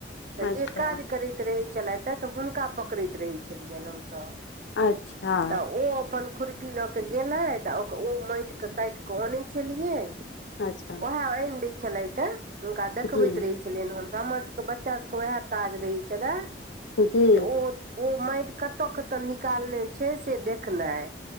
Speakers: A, on the right; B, on the left.
A: तऽ
B: अच्छा
A: जे काज करैत रहै छलै तऽ हुनका पकड़ैत रहैत छेलियनि हमसभ <inaudible>
B: अच्छा
A: तऽ ओ अपन खुरपी लऽ गेलै त ओ माटि कऽ काइट क अनै छलियै
B: अच्छा अच्छा
A: ओएह आँइन <inaudible> छले <unintelligible> ते हुनका देखबैत
B: जी
A: रहे छेलियैन हम हमर सबके बच्चा सबके उएह काज रहे छले
B: जी
A: जे ओ ओ माइट कत कत निकालने छै से देखनाइ